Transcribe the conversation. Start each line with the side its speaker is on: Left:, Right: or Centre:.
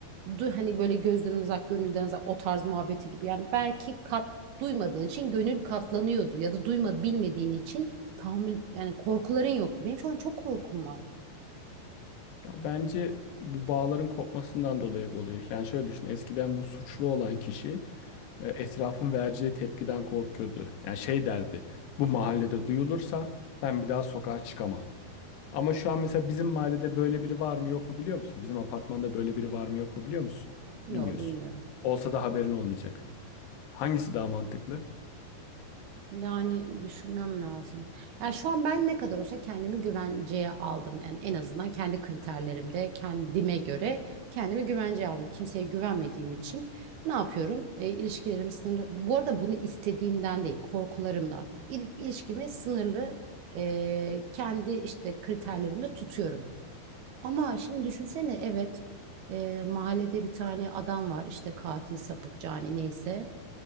Right: du hani böyle gözden uzak, gönülden uzak o tarz muhabbeti gibi. Yani belki kat duymadığın için gönül katlanıyordu ya da duyma bilmediğin için tahammül yani korkuların yoktu. Benim şu an çok korkum var.
Left: Ya bence bu bağların kopmasından dolayı bu oluyor. Yani şöyle düşün, eskiden bu suçlu olan kişi e, etrafın vereceği tepkiden korkuyordu. Yani şey derdi, bu mahallede duyulursa ben bir daha sokağa çıkamam. Ama şu an mesela bizim mahallede böyle biri var mı yok mu biliyor musun? Bizim apartmanda böyle biri var mı yok mu biliyor musun?
Right: Yok
Left: Bilmiyorsun.
Right: bilmiyorum.
Left: Olsa da haberin olmayacak. Hangisi daha mantıklı?
Right: Yani düşünmem lazım. Yani şu an ben ne kadar olsa kendimi güvenceye aldım. Yani en azından kendi kriterlerimde kendime göre kendimi güvenceye aldım. Kimseye güvenmediğim için ne yapıyorum? E, ilişkilerimi sınırlı. Bu arada bunu istediğimden değil, korkularımdan. İl, ilişkimi sınırlı e, kendi işte kriterlerimde tutuyorum. Ama şimdi düşünsene evet e, mahallede bir tane adam var işte katil, sapık, cani neyse.